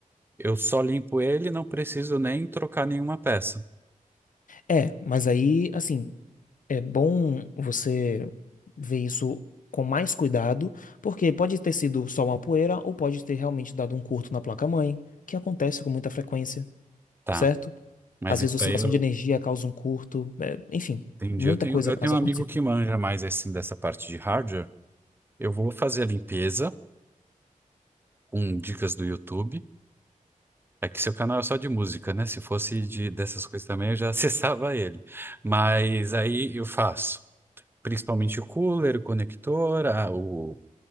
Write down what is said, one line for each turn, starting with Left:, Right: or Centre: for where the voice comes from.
Right: eu só limpo ele, e não preciso nem trocar nenhuma peça.
Left: É, mas aí, assim, é bom você ver isso com mais cuidado, porque pode ter sido só uma poeira ou pode ter realmente dado um curto na placa-mãe, que acontece com muita frequência,
Right: Tá,
Left: certo?
Right: mas
Left: Às
Right: isso
Left: vezes, oscilação
Right: aí eu
Left: de energia causa um curto, é, enfim,
Right: entendi.
Left: muita
Right: Eu tenho,
Left: coisa
Right: eu
Left: causa
Right: tenho um amigo
Left: curto-circuito.
Right: que manja mais assim dessa parte de hardware. Eu vou fazer a limpeza com dicas do YouTube. É que seu canal é só de música, né? Se fosse de dessas coisas também, eu já <laughs> acessava ele. Mas aí eu faço, principalmente o cooler, o conector, a- o